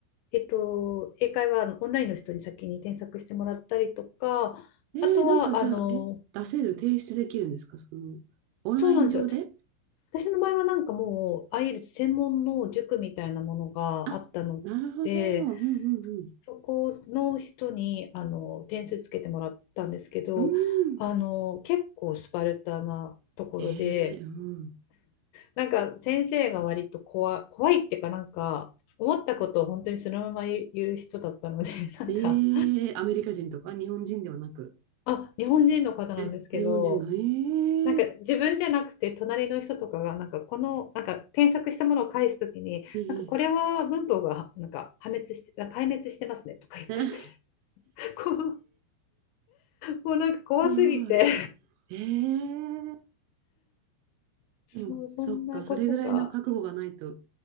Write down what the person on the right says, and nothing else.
えーなんかじゃあ、
え、出せる、提出できるんですかその、オンライン上で
あ、なるほど。うん、うん、
うん。うん。
えーうん。
えーアメリカ人とか日本人ではなく。
え、日本人の、ええ
ええ。ええ
すごい。ええ。
でも、そっか、それぐらいの覚悟がないと、